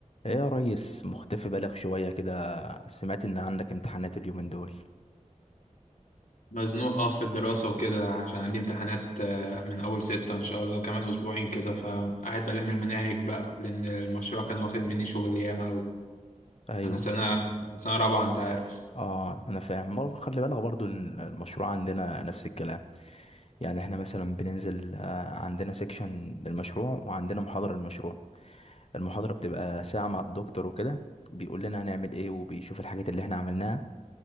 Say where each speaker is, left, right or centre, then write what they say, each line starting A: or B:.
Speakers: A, on the left; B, on the left.
A: ايه يا ريس مختفي بالغ شوية كده سمعت ان عندك امتحانات اليومين دول
B: مزنوق اه في الدراسة وكده عشان عندي امتحانات آه، من أول ستة إن شاء الله كمان أسبوعين كده فقاعد بلم المناهج بقى لأن المشروع كان واخد مني شغل ياما أوي
A: ايوه
B: أنا سنة أنا سنة رابعة أنت عارف
A: اه انا فاهم برضه خلي بالك برضه ال- المشروع عندنا نفس الكلام يعني احنا مثلا بننزل آه، عندنا سيكشن للمشروع وعندنا محاضرة للمشروع المحاضرة بتبقى ساعة مع الدكتور وكده بيقول لنا هنعمل ايه وبيشوف الحاجات اللي احنا عملناها